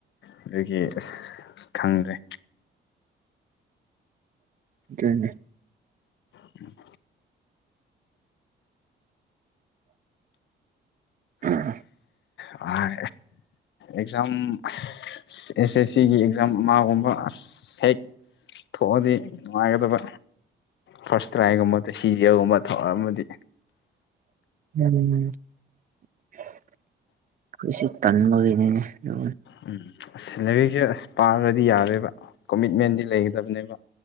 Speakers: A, on the left; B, on the right.
A: ꯑꯗꯨꯗꯒꯤ ꯑꯁ ꯈꯪꯗ꯭ꯔꯦ
B: ꯀꯅꯤ
A: ꯎꯝ
B: ꯑ
A: ꯑ ꯑꯦꯖꯝ ꯑꯦꯁ ꯑꯦꯁ ꯁꯤꯒꯤ ꯑꯦꯛꯖꯥꯝ ꯃꯥꯒꯨꯝꯕ ꯑꯁ ꯍꯦꯛ ꯊꯣꯛꯑꯗꯤ ꯅꯨꯡꯉꯥꯏꯒꯗꯕ ꯐꯥꯔꯁ ꯇ꯭ꯔꯥꯏꯒꯨꯝꯕ ꯁꯤꯖꯒꯨꯝꯕ ꯊꯧꯔꯝ ꯑꯃꯗꯤ
B: ꯎꯝ ꯑꯩꯈꯣꯏ ꯁꯤ ꯇꯟꯕꯒꯤꯅꯤꯅꯦ ꯌꯥ
A: ꯎꯝ ꯑꯁ ꯁꯦꯂꯔꯤꯁꯦ ꯑꯁ ꯄꯥꯔꯗꯤ ꯌꯥꯔꯦꯕ ꯀꯣꯃꯤꯠꯃꯦꯟꯗꯤ ꯂꯩꯒꯗꯕꯅꯦꯕ